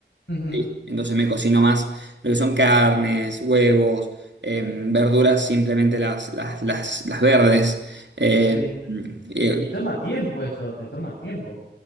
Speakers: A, on the left (about 90°); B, on the right (about 80°).
A: ujú,
B: ¿sí? Entonces me cocino más lo que son carnes, huevos, eh, verduras, simplemente las, las, las, las verdes. eh,
A: sí.
B: eh,
A: Y toma tiempo eso, te toma tiempo.